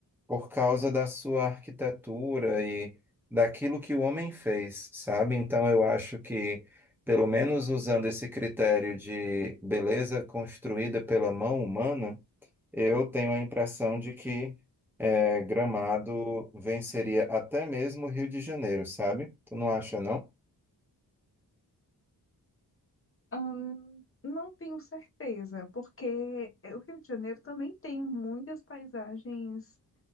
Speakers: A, in the centre; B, on the left.
A: por causa da sua arquitetura e daquilo que o homem fez, sabe? Então, eu acho que, pelo menos usando esse critério de beleza construída pela mão humana, eu tenho a impressão de que é, Gramado venceria até mesmo o Rio de Janeiro, sabe? Tu não acha, não?
B: Ahn, não tenho certeza, porque eh, o Rio de Janeiro também tem muitas paisagens